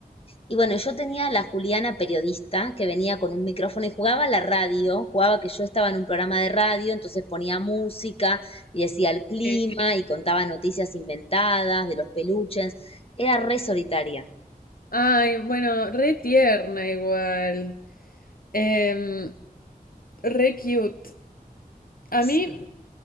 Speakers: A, on the left (about 40°); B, on the left (about 70°).
A: Y bueno, yo tenía la Juliana periodista que venía con un micrófono y jugaba a la radio, jugaba que yo estaba en un programa de radio, entonces ponía música y decía el clima
B: Sí.
A: y contaba noticias inventadas de los peluches. Era re solitaria.
B: Ay, bueno, re tierna igual. Em, re cute. A mí
A: Sí.